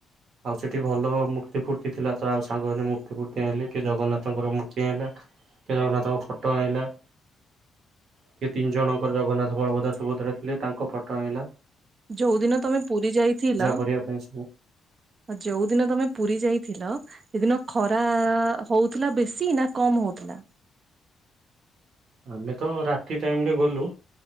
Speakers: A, on the right (about 60°); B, on the right (about 45°).
A: ଆଉ ସେଠି ଭଲ ମୂର୍ତ୍ତି ଫୂର୍ତ୍ତି ଥିଲା ତ ଆଉ ସାଙ୍ଗ ମାନେ ମୂର୍ତ୍ତି ଫୁର୍ତ୍ତି ଆଇଁଲେ। କିଏ ଜଗନ୍ନାଥଙ୍କର ମୂର୍ତ୍ତି ଆଇଁଲା? କିଏ ଜଗନ୍ନାଥଙ୍କ ଫଟୋ ଆଇଁଲା? କିଏ ତିନି ଜଣଙ୍କର ଜଗନ୍ନାଥ ବଳଭଦ୍ର ସୁଭଦ୍ରା ଥିଲେ ତାଙ୍କ ଫଟୋ ଆଇଁଲା?
B: ଯୋଉଦିନ ତମେ ପୁରୀ ଯାଇଥିଲ
A: କରିବା ପାଇଁ ସବୁ
B: ଯୋଉ ଦିନ ତମେ ପୁରୀ ଯାଇଥିଲ। ସେଦିନ ଖରା ହଉଥିଲା ବେଶି ନା କମ୍ ହଉଥିଲା।
A: ଆମେ ତ ରାତି ଟାଇମରେ ଗଲୁ